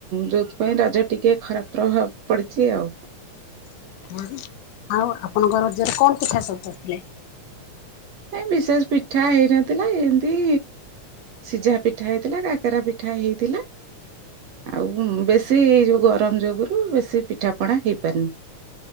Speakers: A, on the right (about 70°); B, on the left (about 80°).
A: ଯୋଉଥିପାଇଁ ରଜ ଟିକେ ଖରାପ ପ୍ରଭାବ ପଡିଛି ଆଉ।
B: <unintelligible> ଆଉ ଆପଣଙ୍କ ରଜରେ କଣ ପିଠା ସବୁ କରିଥିଲେ।
A: ହେ ବିଶେଷ ପିଠା ହେଇନଥିଲା ଏମତି ସିଝା ପିଠା ହେଇଥିଲା କାକେରା ପିଠା ହେଇଥିଲା। ଆଉ ବେଶୀ ଏଇ ଗରମ ଯୋଗୁରୁ ବେଶୀ ପିଠା ପଣା ହେଇପାରନି।